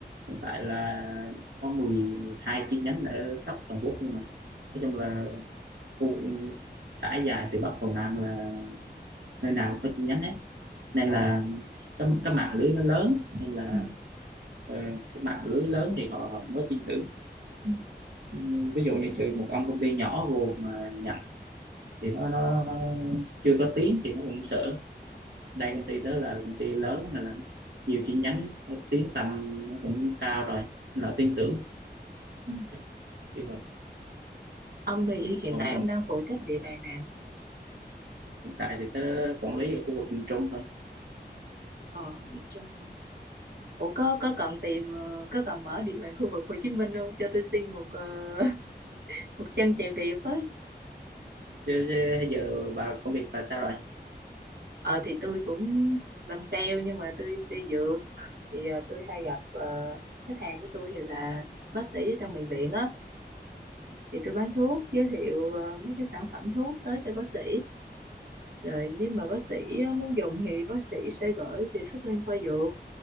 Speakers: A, on the right; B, on the right.
A: Hiện tại là có mười hai chi nhánh ở khắp toàn quốc luôn mà. Nói chung là khu trải dài từ Bắc vào Nam là nơi nào cũng có chi nhánh hết. Nên
B: ờ
A: là cái, cái mạng lưới nó lớn nên là
B: ừ.
A: ờ, cái mạng lưới lớn thì họ, họ mới tin tưởng.
B: Ừ.
A: Ừm, Ví dụ như trừ một ông công ty nhỏ vô mà nhận thì nó nó chưa có tiếng thì nó cũng sợ đây công ty đó là công ty lớn nên là nó nhiều chi nhánh nó tiếng tăm nó cũng cao rồi nó tin tưởng
B: Ừ.
A: Chắc kiểu vậy
B: ông thì hiện
A: còn
B: tại
A: còn
B: ông đang phụ trách địa bàn nào
A: hiện tại thì tớ quản lý ở khu vực miền Trung thôi
B: ờ miền Trung hả? Ủa có có cần tìm ờ, có cần mở địa bàn khu vực Hồ Chí Minh không cho tôi xin một ờ, <laughs> một chân chạy việc với
A: chứ, chứ giờ bà công việc bà sao rồi
B: ờ thì tôi cũng làm sale nhưng mà tôi sale dược thì ờ, tôi hay gặp ờ, khách hàng của tôi thì là bác sĩ ở trong bệnh viện á thì tôi bán thuốc giới thiệu ờ, mấy cái sản phẩm thuốc tới cho bác sĩ rồi nếu mà bác sĩ ờ, muốn dùng thì bác sĩ sẽ gửi đề xuất lên khoa dược